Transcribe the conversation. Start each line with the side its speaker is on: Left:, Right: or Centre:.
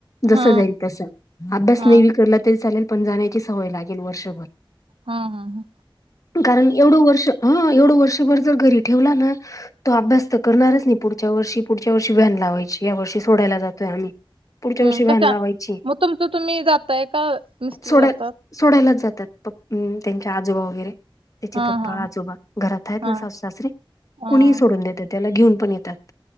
Left: जस
Right: हा
Left: जाईल तस अभ्यास
Right: हा
Left: नाहीेवी करला तरी चालेल पण जाण्याची सवय लागेल. वर्षभर
Right: हा हा हा
Left: कारण एवढं वर्ष हं एवढं वर्षभर जर घरी ठेवला. ना तो अभ्यास तर करणारच नाही. पुढच्या वर्षी पुढच्या वर्षी व्हॅन लावायची या वर्षी सोडायला जातोय आम्ही पुढच्या
Right: हम
Left: वर्षी व्हॅन
Right: कशा
Left: लावायची.
Right: मग तुमचं तुम्ही जाताय का मिस्टर
Left: सोडाय
Right: जातात
Left: सोडायलाच जातात प हम् त्यांच्या आजोबा वगैरे त्याचे
Right: हा
Left: पप्पा
Right: हा
Left: आजोबा घरात आहेत
Right: हा
Left: ना स सासरी
Right: हा
Left: कोुणीही
Right: हा
Left: सोडून देतात त्याला घेऊन पण येतात